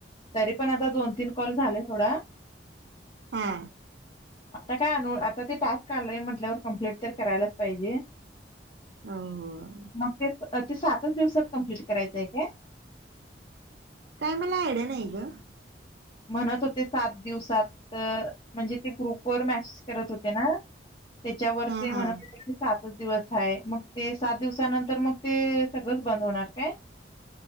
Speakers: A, on the left; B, on the right.
A: तरी पण आता दोन तीन कॉल झाले थोडा.
B: हा.
A: आता काय आणू आता ते टास्क आलय म्हटल्यावर कम्प्लीट तर करायलाच पाहिजे.
B: होहोह..
A: मग ते ते सातच दिवसात कंप्लीट करायचंय काय?
B: काय मला आयड्या नाही ग.
A: म्हणतं होते सात दिवसात म्हणजे ते ग्रुप वर मॅचेस करतं होते ना. त्याच्यावर ते
B: हा
A: म्हणतं
B: हा
A: होते. सातच दिवसआहे, मग ते सात दिवसानंतर मग ते सगळंचं बंद होणार काय?